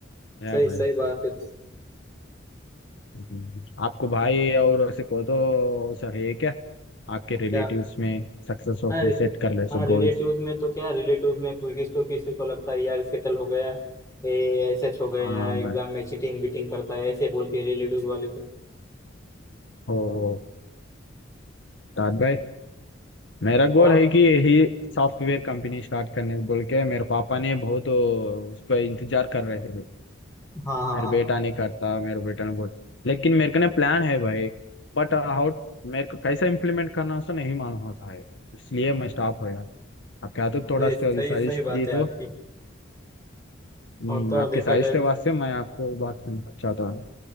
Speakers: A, on the left (about 15°); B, on the left (about 70°).
A: सही
B: या भाई
A: सही बात है
B: हम्म। आपको भाई और ऐसे को तो सही है क्या आपके रिलेटिव्स
A: क्या
B: में सक्सेस होके
A: हाँ
B: सेट कर ले सो
A: हाँ रिलेटिव्स
B: गोल्स
A: में तो क्या रिलेटिव्स में कोई किसी को किसी को लगता है यार सेटल हो गया ये ऐसे हो गया
B: हाँ
A: एग्जाम
B: भाई
A: में चीटिंग बीटिंग करता है ऐसे बोलते हैं रिलेटिव्स वाले तो
B: ओ साथ भाई मेरा गोल
A: और
B: है कि यही सॉफ्टवेयर कंपनी स्टार्ट करने बोल के मेरे पापा ने बहुत उस पर इंतजार कर रहे थे
A: हाँ हाँ
B: मेरे
A: हाँ
B: बेटा नहीं करता मेरे बेटा ने बहुत लेकिन मेरे को ना प्लान है भाई बट हाउ मेरे को कैसा इम्प्लीमेंट करना है उसको नहीं मालूम होता है इसलिए मैं स्टॉप हो गया आप क्या तो थोड़ा
A: सही सही
B: साजिश
A: सही
B: दी
A: बात है
B: तो
A: आपकी
B: हम्म,
A: और तो और
B: आपके
A: देखा
B: साजिश
A: जाए
B: के वास्ते मैं आपको बात करना चाहता हूँ